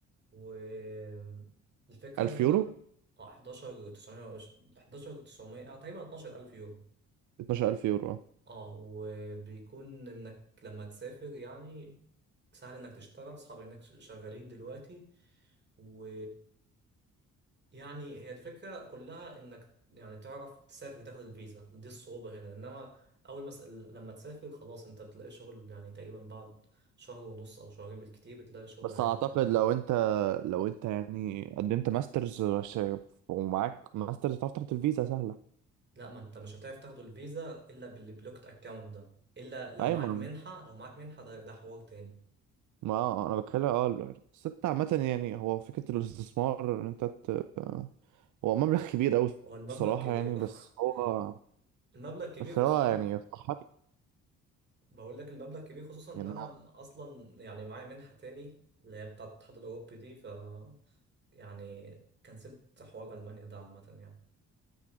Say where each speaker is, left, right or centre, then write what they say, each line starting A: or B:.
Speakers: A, on the right; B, on the right.
A: والفكره
B: 1000
A: ان انا
B: يورو
A: اه 11900 وش- 11900 آه، تقريبا 12000 يورو
B: 12000 يورو اه
A: اه وبيكون انك لما تسافر يعني سهل انك تشتغل اصحابي انك شغالين دلوقتي و يعني هي الفكرة كلها انك يعني تعرف تسافر تاخد الفيزا دي الصعوبة هنا انما اول ما س- لما تسافر خلاص انت بتلاقي شغل يعني تقريبا بعد شهر ونص او شهرين بالكتير بتلاقي شغل
B: بس
A: عادي
B: اعتقد
A: وكده
B: لو انت لو انت يعني قدمت ماسترز ش- ومعاك ماسترز تعرف تاخد الفيزا سهله
A: لا ما انت مش هتعرف تاخد الفيزا الا بالبلوكت اكاونت ده الا لو
B: ايوه
A: معاك
B: ما
A: منحة لو معاك منحة ده ده حوار تاني
B: ما آه، انا بتكلم اه ال- بس انت عامه يعني هو فكره الاستثمار ان انت ت... هو مبلغ كبير قوي
A: هو المبلغ
B: الصراحه
A: كبير
B: يعني بس
A: <laughs>
B: هو
A: المبلغ كبير
B: بس
A: خصوصا
B: هو يعني يستحق
A: بقول لك المبلغ كبير خصوصا
B: يعني
A: ان انا اصلا يعني معايا منحة تاني اللي هي بتاعة الاتحاد الاوروبي دي ف يعني كنسلت حوار المانيا ده عامة يعني